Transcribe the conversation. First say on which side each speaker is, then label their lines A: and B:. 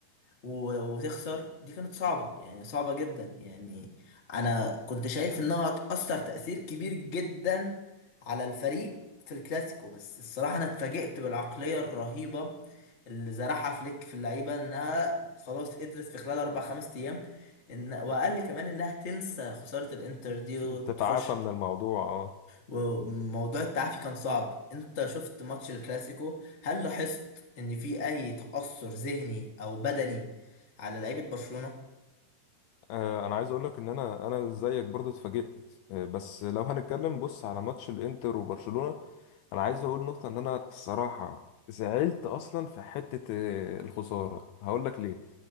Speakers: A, on the left; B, on the left.
A: و- وتخسر دي كانت صعبة يعني صعبة جدا يعني أنا كنت شايف إنها هتأثر تأثير كبير جدا على الفريق في الكلاسيكو بس الصراحة أنا اتفاجئت بالعقلية الرهيبة اللي زرعها فليك في اللعيبة إنها خلاص قدرت في خلال أربع خمس أيام إن وقال لي كمان إنها تنسى خسارة الإنتر دي
B: <laughs>
A: وتخش
B: تتعافى من الموضوع اه
A: وموضوع التعافي كان صعب انت شفت ماتش الكلاسيكو هل لاحظت ان في اي تأثر ذهني او بدني على لعيبة برشلونة
B: آه، انا عايز اقول لك ان انا انا زيك برضو اتفاجئت آه، بس لو هنتكلم بص على ماتش الانتر وبرشلونة انا عايز اقول نقطة ان انا الصراحة زعلت اصلا في حتة آه، الخسارة هقول لك ليه